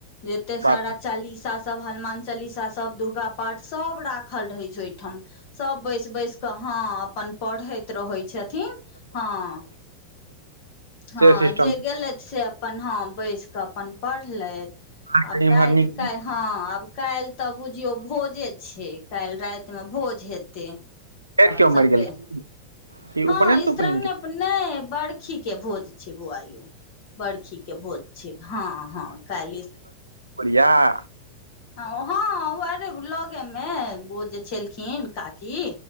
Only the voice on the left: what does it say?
एते
सारा चालीसा सब हनुमान चालीसा सब दुर्गा पाठ सब राखल रहै छै ठाम सभ बैस बैस कऽ हाँ अपन पढ़ैत रहै छथिन हाँ हाँ
जे
गेल‌ई से अपन हाँ बैस कऽ अपन पढ़लयै
आब
राति
काल हाँ आब काल्हि तऽ बुझियौ भोजे छै काल्हि रातिमे भोज हेतै तऽ
सबके
हाँ
इसरंग
ने नहि बड़खी भोज छै बुआयो बरखी के भोज छै हाँ हाँ काइले
हाँ आरे लगेमे ओ जे छलखिन काकी